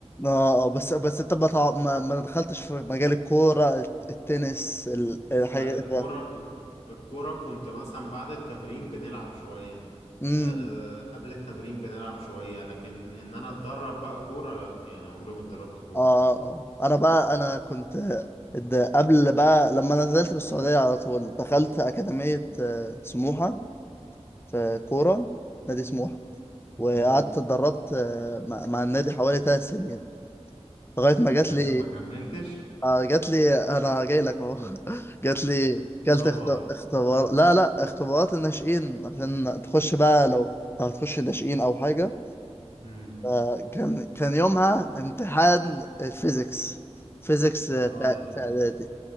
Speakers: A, on the left; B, on the left.
A: اه اه بس بس انت ما تع- ما ما دخلتش في مجال الكورة التنس ال- الحاجة
B: لا الكورة
A: ده
B: الك- الكورة كنت مثلا بعد التمرين بنلعب شوية
A: امم
B: أه قبل التمرين بنلعب شوية لكن إن أنا أتدرب بقى كورة لا يعني عمري ما اتدربت كورة
A: اه اه انا بقى انا كنت د- قبل بقى لما نزلت من السعودية على طول دخلت أكاديمية آه، سموحة في كورة نادي سموحة وقعدت
B: امم
A: اتدربت آه، مع مع النادي حوالي ثلاث سنين لغاية ما جات
B: لكن
A: لي
B: ما كملتش
A: اه جات لي انا جاي لك اهو <laughs> جات لي
B: صبر
A: كلت اخت... اختبار لا لا اختبارات الناشئين عشان تخش بقى لو لو هتخش ناشئين او حاجه
B: امم
A: آه، كان كان يومها امتحان الفيزيكس فيزيكس
B: اه
A: آه، في في اعدادي